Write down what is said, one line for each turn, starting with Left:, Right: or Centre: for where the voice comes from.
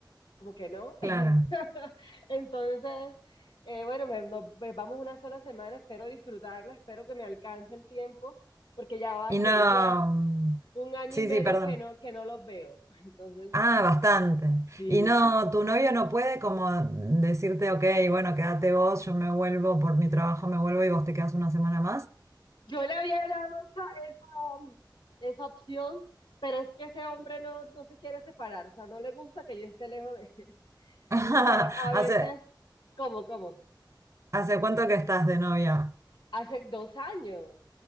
Left: como que no.
Right: claro.
Left: <laughs> Entonces, eh, bueno, me- nos pues, vamos una sola semana, espero disfrutarla, espero que me alcance el tiempo, porque ya va
Right: Y
Left: que
Right: no.
Left: un, a-
Right: mm,
Left: un año
Right: Sí,
Left: y medio
Right: sí, perdón.
Left: que no, que no los veo. Entonces,
Right: Ah, bastante.
Left: sí,
Right: Y no,
Left: sí.
Right: tu novio no puede como decirte, ok, bueno, quédate vos, yo me vuelvo por mi trabajo, me vuelvo y vos te quedas una semana más.
Left: Yo le había dado esa, esa, esa opción, pero es que ese hombre no, no se quiere separar, o sea, no le gusta que yo esté lejos de él.
Right: <laughs>
Left: Entonces, a, a veces,
Right: ¿Hace,
Left: cómo cómo
Right: hace cuánto que estás de novia?
Left: hace dos años.